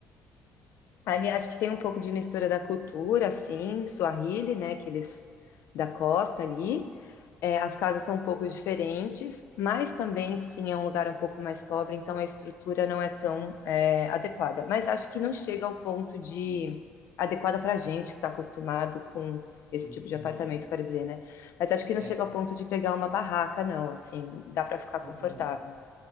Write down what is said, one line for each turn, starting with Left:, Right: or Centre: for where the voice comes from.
Left: Ali acho que tem um pouco de mistura da cultura, assim, Swahili, né, que eles da costa ali. É, as casas são um pouco diferentes, mas também, sim, é um lugar um pouco mais pobre, então a estrutura não é tão é, adequada. Mas acho que não chega ao ponto de adequada para a gente que está acostumado com esse
Right: entendi.
Left: tipo de apartamento, quero dizer, né? Mas acho que não
Right: É,
Left: chega ao ponto de pegar uma barraca, não. Assim, dá para ficar confortável.
Right: entendi.